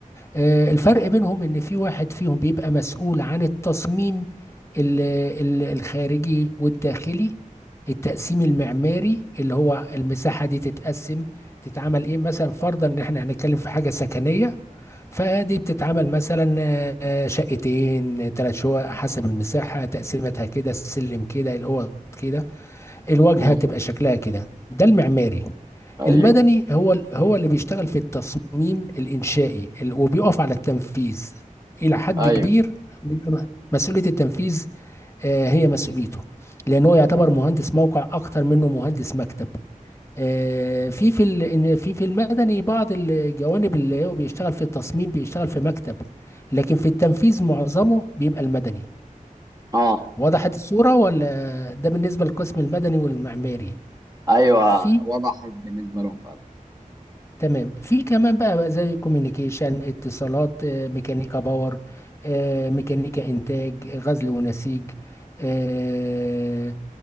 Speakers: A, on the left; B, on the right.
A: آه، الفرق بينهم ان في واحد فيهم بيبقى مسؤول عن التصميم ال- ال- الخارجي والداخلي التقسيم المعماري اللي هو المساحة دي تتقسم تتعمل ايه مثلا فرضا ان احنا هنتكلم في حاجة سكنية فدي بتتعمل مثلا آه، شقتين ثلاث شقق حسب المساحة تقسيمتها كده السلم كده الاوض كده الواجهة
B: امم
A: تبقى شكلها كده ده المعماري
B: ايوه
A: المدني هو ال- هو اللي بيشتغل في التصميم الإنشائي ال- وبيقف على التنفيذ إلى حد
B: ايوه
A: كبير بيبقى م- مسؤولية التنفيذ آه، هي مسؤوليته لأن هو يعتبر مهندس موقع أكتر منه مهندس مكتب آه، في في ال- إن- في في المدني بعض الجوانب اللي هو بيشتغل في التصميم بيشتغل في مكتب لكن في التنفيذ معظمه بيبقى المدني
B: اه
A: وضحت الصورة ولا ده بالنسبة للقسم المدني والمعماري
B: ايوه
A: في
B: وضحت بالنسبه لهم فعلا
A: تمام في كمان بقى, بقى زي كوميونيكيشن اتصالات آه، ميكانيكا باور آه، ميكانيكا انتاج آه، غزل ونسيج آه،